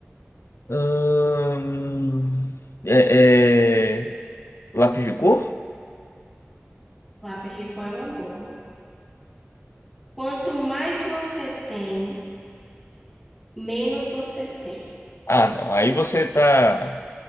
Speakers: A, on the left; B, in the centre.
A: Hum, é, é, lápis de cor?
B: Lápis de cor é uma boa. Quanto mais você tem, menos você tem.
A: Ah, não. Aí você tá,